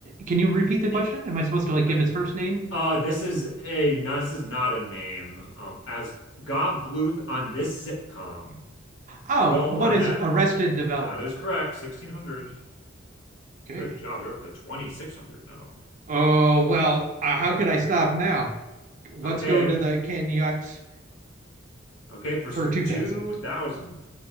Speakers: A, on the right; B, on the left.
A: Can you repeat the question?
B: It-
A: Am I supposed to like
B: uh,
A: give his first name?
B: uh, this is a not. This is not a name. Um, as Gob Bluth on this sitcom.
A: Oh,
B: Will
A: what
B: Arnett.
A: is Arrested Development?
B: That is correct. 1600.
A: Okay.
B: Good job. You're up to 2600 now.
A: Oh well, uh, how could I stop now? Let's
B: Okay.
A: go to the Canyucks
B: Okay. For,
A: for
B: for
A: two
B: 2000,
A: thousand.